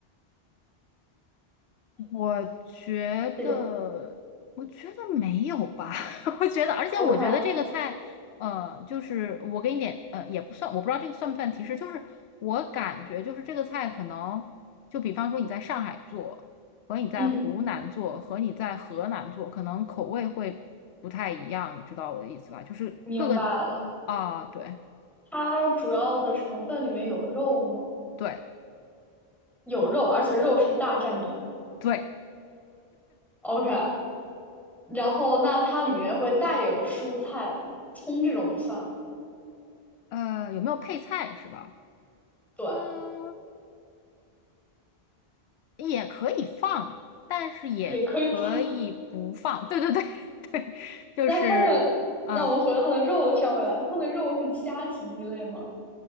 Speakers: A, on the left; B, in the centre.
A: 我觉得，
B: 这种
A: 我觉得没有吧。<laughs> 我觉得，而且我觉得这个菜，
B: OK，
A: 呃，就是我给你点，呃，也不算，我不知道这个算不算提示，就是我感觉就是这个菜可能，就比方说你在上海做，和你在湖南做，
B: 嗯，
A: 和你在河南做，可能口味会不太一样，你知道我的意思吧？就是各个
B: 明白了。
A: 啊，对
B: 它主要的成分里面有肉吗？
A: 对
B: 有肉，而且肉是大占比。
A: 对，
B: OK，然后那它里面会带有蔬菜吗？葱这种不算啊
A: 呃，有没有配菜是吧？
B: 对，
A: 嗯，也可以放，但是也可以不放。
B: 也可以放。
A: 对对对 <laughs> 对，
B: <laughs>
A: 就是嗯
B: 那它的，那我们回到它的肉的上面来，它的肉是家禽一类吗